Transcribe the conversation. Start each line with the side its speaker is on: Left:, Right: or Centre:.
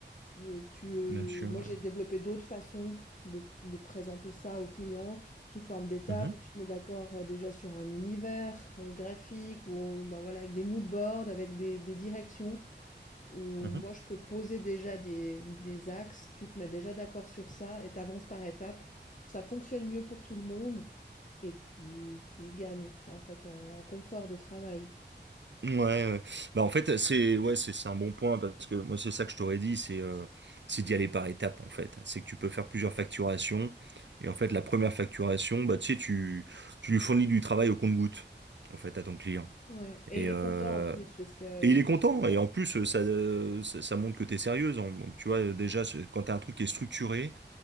Left: Heu, tu, heu,
Right: bien sûr,
Left: moi,
Right: ouais.
Left: j'ai développé d'autres façons de de présenter ça aux clients sous forme d'étapes
Right: Mhm.
Left: où tu te mets d'accord, heu, déjà sur un univers, heu, graphique ou bah, voilà, avec des mood boards, avec des des directions où
Right: Mhm.
Left: moi, je peux poser déjà des des axes, tu te mets déjà d'accord sur ça et tu avances par étapes. Ça fonctionne mieux pour tout le monde et tu tu y gagnes, en fait, en confort de travail.
Right: Ouais, ouais. Bah en fait c'est ouais c'est c'est un bon point parce que moi c'est ça que je t'aurais dit c'est euh, c'est d'y aller par étapes en fait c'est que tu peux faire plusieurs facturations et en fait la première facturation bah tu sais tu tu lui fournis du travail au compte-goutte en fait à ton client
Left: Ouais et
Right: et
Left: il
Right: euh,
Left: est content en plus parce que
Right: et il est content
Left: ouais,
Right: et en plus ça euh, ça, ça montre que t'es sérieuse En- en- tu vois déjà c'est- quand t'as un truc qui est structuré